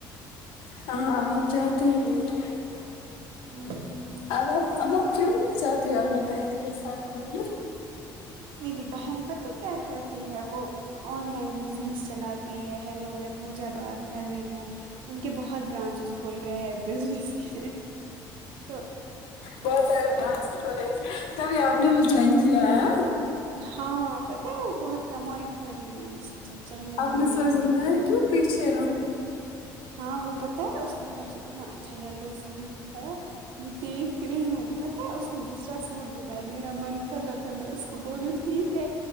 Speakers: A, on the left; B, on the right.
A: ہاں اب ہم جاتے ہی نہیں ہیں
B: ہ ہ <unintelligible>
A: اب آپ اب آپ کیوں نہیں جاتی ہو اپنی بہن کے ساتھ گھومنے
B: میری بہن پتہ ہے کیا کرتی ہے وہ آن لائن بزنس چلاتی ہے ہیلو میں پوجا بات کر رہی ہوں ان کے بہت برانچیز کھول گئے ہیں بزنس کے تو
A: بہت سارے برانچ کھولے تھے تبھی آپ نے بھی جوائن کیا ہے
B: ہاں پتہ ہے وہ بہت کمائی کر رہی ہے میں نے سوچا چلو
A: آپ
B: میں
A: نے
B: دیکھ
A: سوچا
B: لیتی
A: میں
B: ہوں
A: کیوں پیچھے رہوں
B: ہاں وہ بتایا اس نے پرسوں اتنا اچھا یلو سوٹ لایا میں د کری ہوں بتایا اس نے دوسرا سوٹ بھی لایا میرا من کر رہا تھا میں اس کو بولوں ٹھیک ہے